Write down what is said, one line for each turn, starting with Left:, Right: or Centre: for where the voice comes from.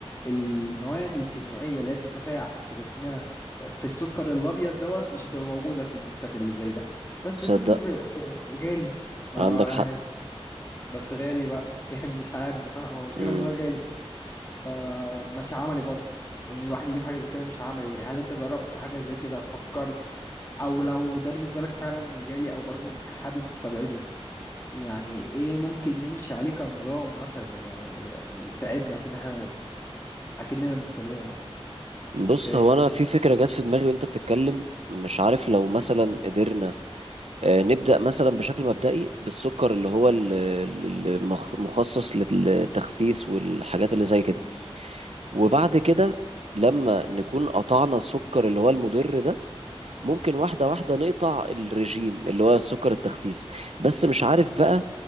Left: المواد الكيميائية اللي هي بتتفاعل في جسمنا آه، في السكر الأبيض دوت مش هتبقى موجودة في المنتج اللي زي ده بس
Right: تصدق
Left: الفكرة في في غالي ما
Right: عندك
Left: هو
Right: حق
Left: هي مش بس غالي بقى <laughs> يعني مش عارف بصراحة ما هو مشكلة
Right: مم.
Left: إن هو غالي فمش عملي برضه ان الواحد يجيب حاجه زي كده مش عملي هل انت جربت حاجه زي كده فكرت او لو ده بالنسبه لك فعلا جالي او برضه حابب تستبعده يعني ايه ممكن نمشي عليه كنظام مثلا ي- ي- يساعدنا في ان احنا اكننا بنستخدمه مثلا
Right: بص
Left: مش فاهم
Right: هو انا في فكرة جت في دماغي وانت بتتكلم مش عارف لو مثلا قدرنا آه، نبدأ مثلا بشكل مبدئي بالسكر اللي هو المخصص للتخسيس والحاجات اللي زي كده وبعد
Left: مم.
Right: كده لما نكون قطعنا السكر اللي هو المضر ده ممكن واحدة واحدة نقطع الرجيم اللي هو سكر التخسيس بس مش عارف بقى